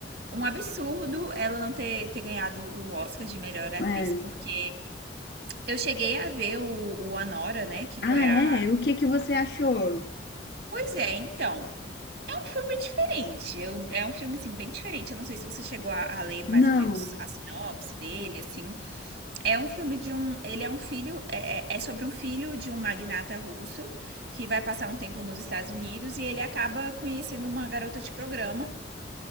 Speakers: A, on the right (about 65°); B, on the left (about 60°).
A: um absurdo ela não ter, ter ganhado o Oscar de melhor atriz,
B: É.
A: porque eu cheguei a ver o, o Anora, né? Que
B: Ah,
A: foi a.
B: é? O que que você achou?
A: Pois é, então. É um filme diferente. Eu, é um filme, assim, bem diferente. Eu não sei se você chegou a, a ler mais
B: Não.
A: ou menos a sinopse dele, assim. É um filme de um. Ele é um filho. É, é- é sobre um filho de um magnata russo que vai passar um tempo nos Estados Unidos e ele acaba conhecendo uma garota de programa